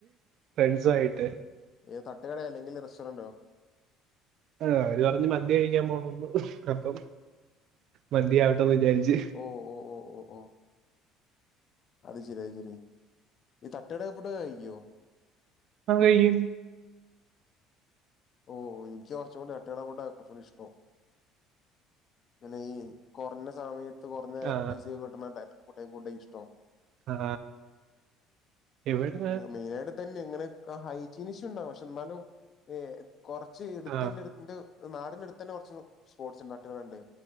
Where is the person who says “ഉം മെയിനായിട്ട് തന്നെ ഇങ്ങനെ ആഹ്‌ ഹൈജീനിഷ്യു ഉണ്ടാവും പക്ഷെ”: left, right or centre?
Left